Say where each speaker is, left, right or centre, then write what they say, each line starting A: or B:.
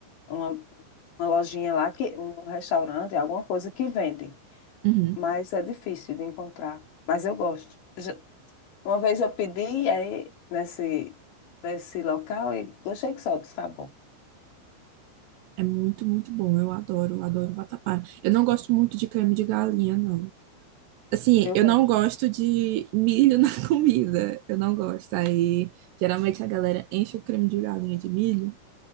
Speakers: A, on the left (about 75°); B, on the right (about 75°).
A: uma, uma lojinha lá, que, um restaurante, alguma coisa que vende.
B: Uhum.
A: Mas é difícil de encontrar. Mas eu gosto. Já- Uma vez eu pedi aí nesse, nesse local e gostei que sobe, tá bom.
B: É muito, muito bom. Eu adoro, adoro vatapá. Eu não gosto muito de creme de galinha, não. Assim,
A: Eu
B: eu
A: gosto.
B: não gosto de milho na <laughs> comida. Eu não gosto. Aí, geralmente a galera enche o creme de galinha de milho.